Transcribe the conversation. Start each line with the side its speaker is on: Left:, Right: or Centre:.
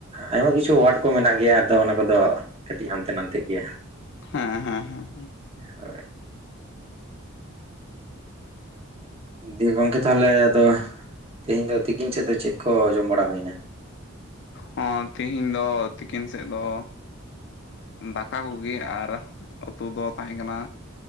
Right: ᱟᱭᱢᱟ ᱠᱤᱪᱷᱩ ᱣᱟᱰ ᱠᱚ ᱢᱮᱱᱟᱜ ᱜᱮᱭᱟ᱾ ᱟᱫᱚ ᱚᱱᱟ ᱠᱚᱼᱫᱚ ᱠᱟᱹᱴᱤᱡ ᱦᱟᱱᱛᱮ ᱱᱟᱛᱮ ᱜᱮᱭᱟ᱾
Left: ᱦᱮᱸ, ᱦᱮᱸ, ᱦᱮᱸ ᱦᱮᱸ᱾
Right: ᱦᱳᱭ ᱫᱤᱭᱮ ᱜᱚᱝᱠᱮ ᱛᱟᱦᱚᱞᱮ ᱟᱫᱚ ᱛᱮᱦᱮᱧ ᱫᱚ ᱛᱤᱠᱤᱱ ᱥᱮᱫ ᱫᱚ ᱪᱮᱫ ᱠᱚ ᱡᱚᱢ ᱵᱟᱲᱟ ᱦᱩᱭᱱᱟ᱾
Left: ᱦᱚᱸ ᱛᱮᱤᱦᱤᱧ ᱫᱚ ᱛᱤᱠᱤᱱ ᱥᱮᱫ ᱫᱚ ᱫᱟᱠᱟ ᱠᱚᱜᱮ ᱟᱨ ᱩᱛᱩ ᱫᱚ ᱛᱟᱦᱮᱸ ᱠᱟᱱᱟ᱾